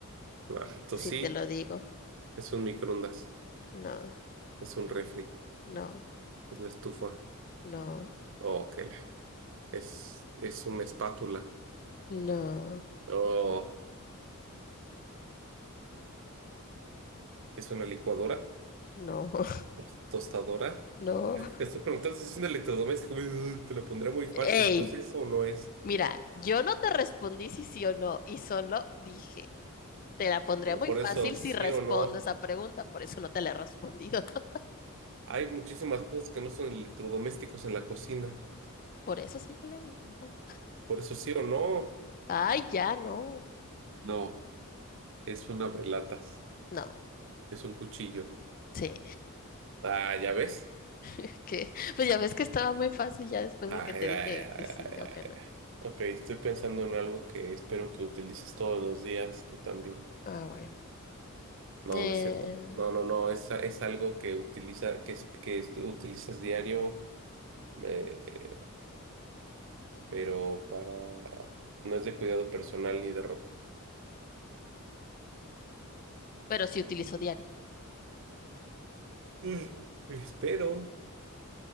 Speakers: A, on the right; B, on the left.
A: Ah, entonces
B: si
A: sí,
B: te lo digo.
A: es un microondas,
B: No,
A: es un refri.
B: no,
A: Es una estufa.
B: no,
A: Oh, que la. Es, es una espátula.
B: no,
A: Oh, es una licuadora.
B: no, <laughs>
A: pues, Tostadora.
B: no.
A: Es que Te estoy preguntando si es un electrodoméstico. <laughs> Te lo pondré muy fácil.
B: Ey,
A: Entonces, eso o no es.
B: mira, yo no te respondí si sí o no y solo dije, te la pondría
A: Bueno,
B: muy
A: por
B: fácil
A: eso, sí
B: si respondo
A: o no.
B: esa pregunta, por eso no te la he respondido. <laughs>
A: Hay muchísimas cosas que no son electrodomésticos en la cocina.
B: Por eso síguele intentando.
A: Por eso, sí o no.
B: Ay, ya no,
A: No, es un abrelatas.
B: no,
A: Es un cuchillo.
B: sí.
A: Ah, ¿ya ves?
B: <laughs> Que, pues ya ves que estaba muy fácil ya después
A: Ay,
B: de que te dije
A: ay, ay,
B: que sí
A: ay,
B: o que no.
A: ay. Ok, estoy pensando en algo que espero que utilices todos los días, tú también.
B: Ah, bueno.
A: No,
B: Eh,
A: no es cierto. No, no, no, es, es algo que utiliza, que, es- que es- tú utilizas diario, eh, pero para, no es de cuidado personal ni de ropa.
B: pero sí utilizo diario.
A: Mm. Espero,